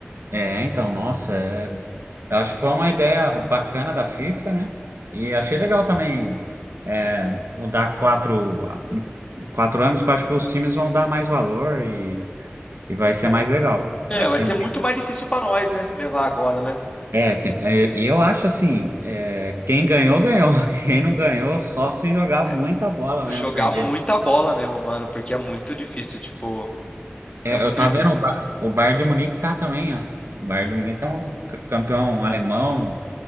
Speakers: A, on the right; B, on the left.
A: é, então, nossa, é Eu acho que foi uma ideia bacana da FIFA, né? E achei legal também é, mudar quatro, em quatro anos, que eu acho que os times vão dar mais valor e, e vai ser mais legal.
B: É,
A: Vai
B: vai
A: ser.
B: ser muito mais difícil pra nós, né? Levar agora, né?
A: É, é, e eu acho assim, é, quem ganhou, ganhou. <laughs> Quem não ganhou, só se jogar
B: É,
A: muita bola mesmo,
B: jogar
A: porque
B: muita bola mesmo, mano, porque é muito difícil, tipo,
A: é,
B: é muito
A: eu tava
B: difícil.
A: vendo o Bar- o Bayern de Munique tá também, ó. O Bayern de Munique é um c- campeão alemão,